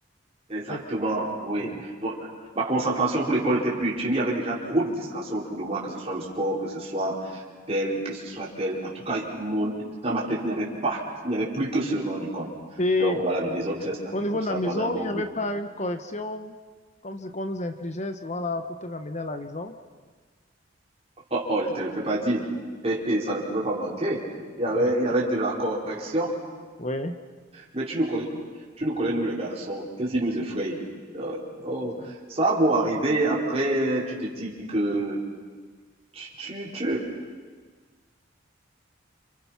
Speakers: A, on the right; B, on the left.
A: Exactement,
B: peut-être,
A: oui.
B: oui.
A: Donc, ma concentration pour l'école n'était plus utile. mais Il y avait déjà trop de distractions autour de moi, que ce soit le sport, que ce soit tel, que ce soit tel. En tout cas, mon- dans ma tête, il n'y avait pas, il n'y avait plus que seulement l'école.
B: Et
A: Donc voilà, le désordre s'est installé
B: au niveau
A: comme
B: de
A: ça
B: la maison,
A: pendant un bon
B: il n'y
A: bout.
B: avait pas une correction comme ce qu'on nous infligeait souvent là pour te ramener à la raison? <laughs>
A: <laughs> Oh, oh, je ne te le fais pas dire. <laughs> Hé, hé, ça ne pouvait pas manquer. Il y avait,
B: Ouais.
A: il y avait de la correction.
B: Oui,
A: Mais tu nous connais, tu nous connais, nous les garçons. Qu'est-ce qui nous effraie? Euh, oh,
B: c'est ça.
A: ça a beau arriver, après, tu te dis que tu, tu, tu-